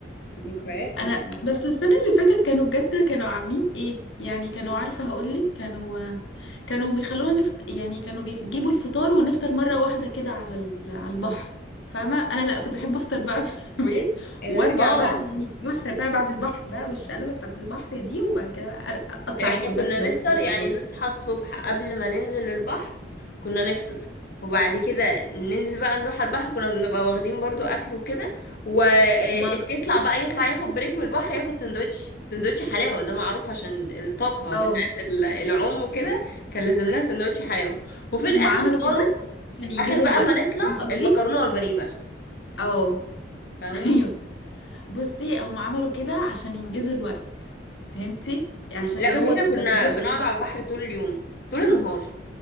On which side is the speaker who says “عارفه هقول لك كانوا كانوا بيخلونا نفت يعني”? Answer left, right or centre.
Left